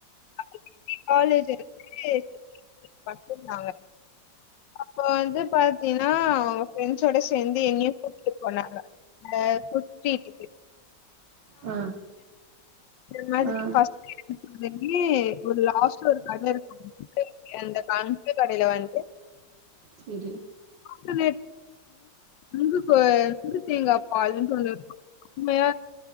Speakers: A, on the left (about 80°); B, on the right (about 80°).
A: ஆல் ரெடி காலேஜ் இருக்கு படிச்சிருந்தாங்க அப்ப வந்து பாத்தீன்னா அவுங்க ஃப்ரண்ட்ஸோட சேந்து என்னையு கூட்டிட்டு போனாங்க அ புட் ஸ்டீட்டுக்கு
B: ஆ
A: இது மாரி
B: ஆ
A: பஸ்ட் இருக்க மாரியே ஒரு லாஸ்ட்ல ஒரு கடை இருக்கும் அந்த பேங்க் எந்த கடைல வந்து
B: செரி
A: நுங்குனே நுங்கு கு நுங்கு தேங்க பாலுன்டு ஒரு உண்மையா